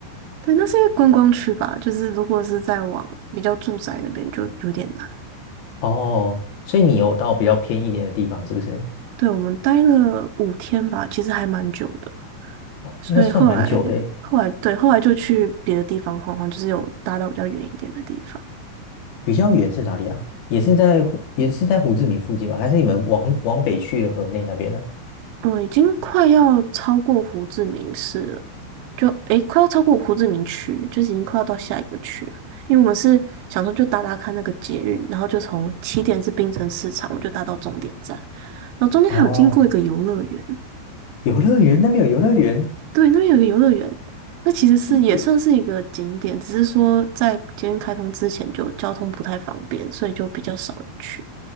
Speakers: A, on the right (about 80°); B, on the left (about 65°).
A: 对，那是因为观光区吧，就是如果是在往比较住宅那边就有点难。
B: 哦，所以你有到比较偏一点的地方，是不是？
A: 对，我们待了五天吧，其实还蛮久的，所以后来后来对后来就去别的地方晃晃，
B: 那算蛮久的诶。
A: 就是有搭到比较远一点的地方。
B: 比较远是哪里啊？也是在胡也是在胡志明附近吗？还是你们往往北去的河内那边呢？
A: 嗯，已经快要超过胡志明市了，就诶，快要超过胡志明区，就是已经快要到下一个区了。因为我们是想说就搭搭看那个捷运，然后就从起点是槟城市场，我就搭到终点站，然后中间还有经过一个游乐园，
B: 哦，游乐园那边有游乐园。
A: 对，那边有一个游乐园，那其实是也算是一个景点，
B: 是也，
A: 只是说在捷运开通之前就交通不太方便，所以就比较少人去。